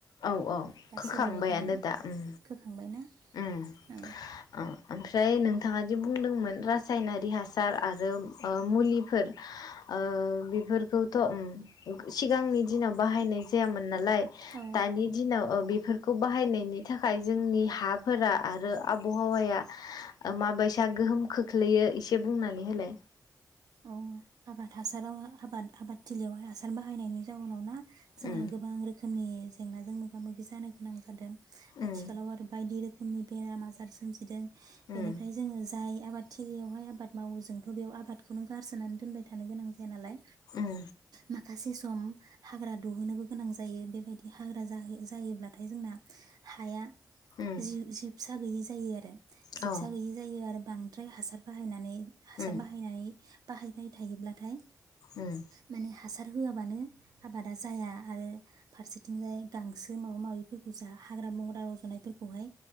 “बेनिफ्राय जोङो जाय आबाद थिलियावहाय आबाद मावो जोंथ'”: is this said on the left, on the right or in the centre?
Right